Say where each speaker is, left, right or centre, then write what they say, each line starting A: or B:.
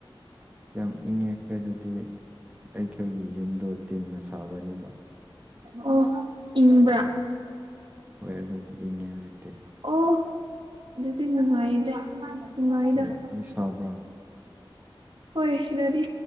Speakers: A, on the right; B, on the right.
A: ꯌꯥꯝ ꯏꯪꯉꯦ ꯑꯩꯈꯣꯏꯗꯗꯤ ꯑꯩꯈꯣꯏꯒꯤ ꯌꯨꯝꯗꯣ ꯇꯤꯟꯅ ꯁꯥꯕꯅꯦꯕ
B: ꯑꯣ ꯍꯣ ꯏꯟꯕ꯭ꯔꯥ
A: ꯑꯗꯨꯒꯤ ꯍꯣꯏ ꯑꯗꯨꯒꯤ ꯏꯪꯉꯦ ꯍꯧꯖꯤꯛꯇꯤ
B: ꯑꯣ ꯑꯗꯨꯁꯨ ꯅꯨꯡꯉꯥꯏꯗꯅꯨꯡ
A: ꯎꯝ ꯅꯣꯏ ꯁꯥꯕ꯭ꯔꯣ
B: ꯍꯣꯏ ꯁꯤꯗꯗꯤ